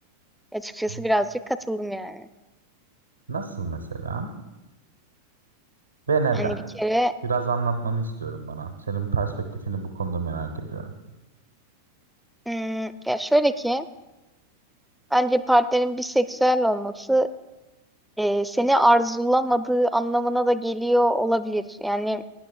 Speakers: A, in the centre; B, on the right (about 75°).
A: Açıkçası
B: Hmm.
A: birazcık katıldım yani.
B: Nasıl mesela ve neden?
A: Yani bir kere
B: Biraz anlatmanı istiyorum bana. Senin perspektifini bu konuda merak ediyorum.
A: hmm, ya şöyle ki bence partnerin biseksüel olması e, seni arzulamadığı anlamına da geliyor olabilir. Yani